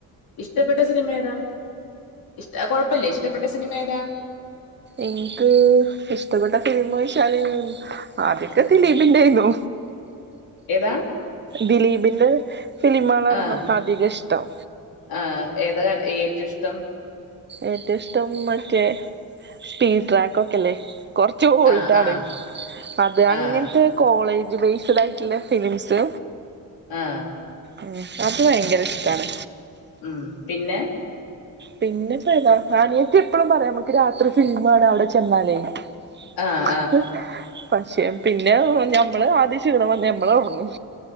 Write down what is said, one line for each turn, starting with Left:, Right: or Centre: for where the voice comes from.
Left: ഇഷ്ടപ്പെട്ട സിനിമേതാ ഇഷട കൊഴപ്പല്ല ഇഷ്ടപ്പെട്ട സിനിമേതാ
Right: എനിക്ക് ഇഷ്ടപ്പെട്ട സിനിമൊയ്ചാല് ആദ്യൊക്കെ
Left: ഉം
Right: ദിലീ പ് ന്റെയിര്ന്നു
Left: ഏതാ
Right: ദിലീപിന്റെ ഫിലിമളാണന്ന്
Left: ആഹ്
Right: അധികഇഷ്ടം
Left: ആഹ് ഏതാ ഏറ്റ്ഇഷ്ടം
Right: ഏറ്റവുഇഷ്ടം മറ്റേ സ്പീഡ്ട്രാക്ക് ഒക്കെല്ലേ കൊർച്ച് ഓൾഡാണ്
Left: ആഹ് ആഹ്
Right: അത് അങ്ങൻത്തെ
Left: ആഹ്
Right: കോളേജ് ബേസ്ഡ് ആയിട്ട്ള്ള ഫിലിംസ്
Left: ആഹ്
Right: ഉം അത് ഭയങ്കരഇഷ്ടാണ്.
Left: ഉം പിന്നെ
Right: പിന്നെപ്പേതാ ആനിയത്തി എപ്പഴുംപറയമക്ക് രാത്രി ഫിലിമാണ അവ്ടെ ചെന്നാലേ <unintelligible>
Left: ആഹ്
Right: പക്ഷേ പിന്നെ ഞമ്മള് ആദ്യ ഷീണംവന്ന് നമ്മളഒറങ്ങും